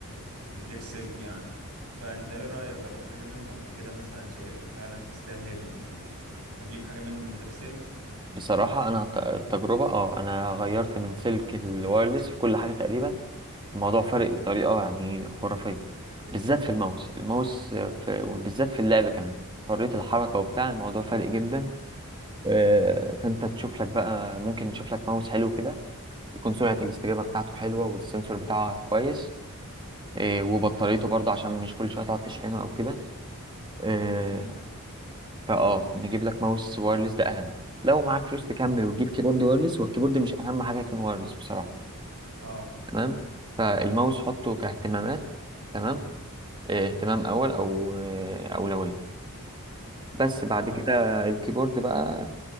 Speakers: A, on the right (about 85°); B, on the right (about 20°).
A: من غير سلك يعني فانت ايه رأيك جربت حاجة منهم قبل كده مثلا شايفها فعلا تستاهل ان هجيب حاجة منهم من غير سلك
B: بصراحة أنا عن ت- تجربة اه أنا غيرت من سلك الوايرلس في كل حاجة تقريبا الموضوع فارق بطريقة يعني خرافية بالذات في الماوس الماوس في... وبالذات في اللعب كمان حرية الحركة وبتاع الموضوع فارق جدا آه، فانت تشوف لك بقى ممكن تشوف لك ماوس حلو كده يكون سرعة الاستجابة بتاعته حلوة والسنسور بتاعه كويس آه، وبطاريته برضه عشان مش كل شوية تقعد تشحنه او كده آه،
A: امم
B: فاه نجيب لك ماوس وايرلس ده اهم لو معاك فلوس تكمل وتجيب كيبورد وايرلس والكيبورد مش اهم حاجة يكون وايرلس بصراحة
A: اه
B: تمام فالماوس حطه كاهتمامات تمام آه، اهتمام اول او آه، اولوية بس بعد
A: خلاص
B: كده الكيبورد بقى